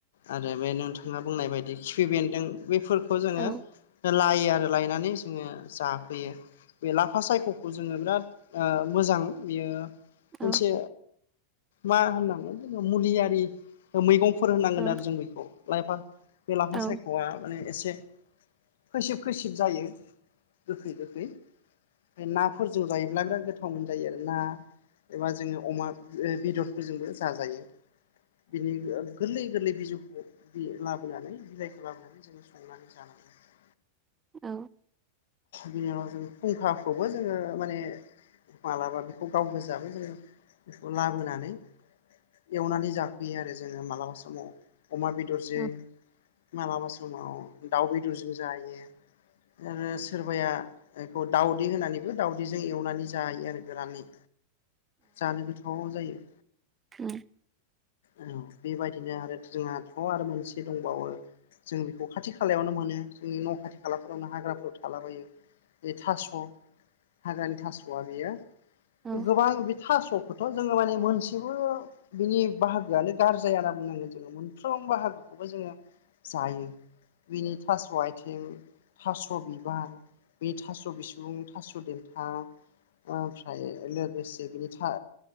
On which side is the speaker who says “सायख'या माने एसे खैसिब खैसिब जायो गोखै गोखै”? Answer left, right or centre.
Left